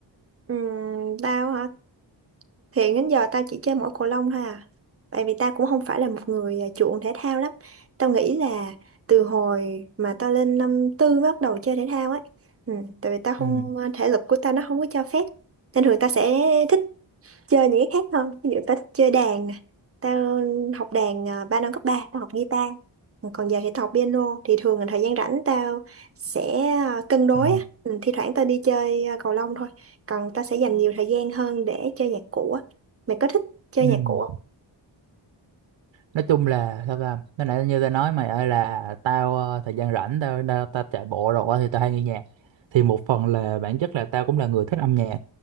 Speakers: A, on the right (about 30°); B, on the right (about 80°).
A: Ừm, tao hả Hiện đến giờ tao chỉ chơi mỗi cầu lông thôi à. Tại vì tao cũng không phải là một người à, chuộng thể thao lắm. Tao nghĩ là từ hồi mà tao lên năm tư mới bắt đầu chơi thể thao ấy. Ừ, tại vì tao không
B: Ừ.
A: à, thể lực của tao nó không có cho phép. Nên thường tao sẽ thích chơi những cái khác hơn ví dụ tao thích chơi đàn nè tao học đàn à, ba năm cấp ba tao học guitar còn giờ thì tao học piano thì thường là thời gian rảnh tao sẽ à, cân đối
B: Ừ.
A: á. Ừ, thi thoảng tao đi chơi à, cầu lông thôi còn tao sẽ dành nhiều thời gian hơn để chơi nhạc cụ á. mày có thích chơi
B: Ừ.
A: nhạc cụ không
B: Nói chung là sao ta cái nãy như tao nói mày ơi là tao ờ, thời gian rảnh tao tao, tao chạy bộ rồi á, thì tao hay nghe nhạc thì một phần là bản chất là tao cũng là người thích âm nhạc